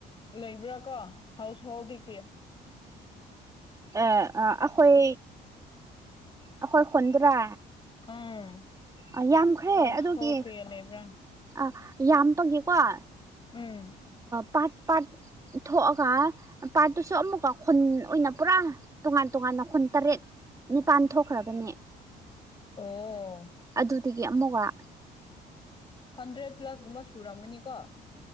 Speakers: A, on the left; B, on the right.
A: ꯂꯩꯕ꯭ꯔꯥ ꯀꯣ ꯍꯥꯎꯁ ꯍꯣꯜꯗꯤ ꯀꯌꯥ
B: ꯑꯦ ꯑꯩꯈꯣꯏ ꯑꯩꯈꯣꯏ ꯈꯨꯟꯗ꯭ꯔꯥ
A: ꯎꯝ
B: ꯑꯥ ꯌꯥꯝꯈ꯭ꯔꯦ
A: ꯍꯥꯎꯁ
B: ꯑꯗꯨꯒꯤ
A: ꯍꯣꯜ ꯀꯌꯥ ꯂꯩꯕ꯭ꯔꯥ
B: ꯑ ꯌꯥꯝꯕꯒꯤꯀꯣ ꯑ
A: ꯎꯝ
B: ꯄꯠ ꯄꯠ ꯊꯣꯛꯑ ꯍꯥ ꯄꯥ ꯑꯗꯨꯨꯁꯨ ꯑꯃꯨꯛꯀꯥꯎ ꯈꯨꯟ ꯑꯣꯏꯅ ꯄꯨꯔꯥ ꯇꯣꯉꯥꯟ ꯇꯣꯉꯥꯟꯅ ꯈꯨꯨꯟ ꯇꯔꯦꯠ ꯅꯤꯄꯥꯟ ꯊꯣꯛꯈ꯭ꯔꯕꯅꯦ
A: ꯑꯣ
B: ꯑꯗꯨꯗꯒꯤ ꯑꯃꯨꯛꯒ
A: ꯍꯟꯗ꯭ꯔꯦꯠ ꯄ꯭ꯂꯁꯒꯨꯝꯕ ꯁꯨꯔꯝꯒꯅꯤꯀꯣ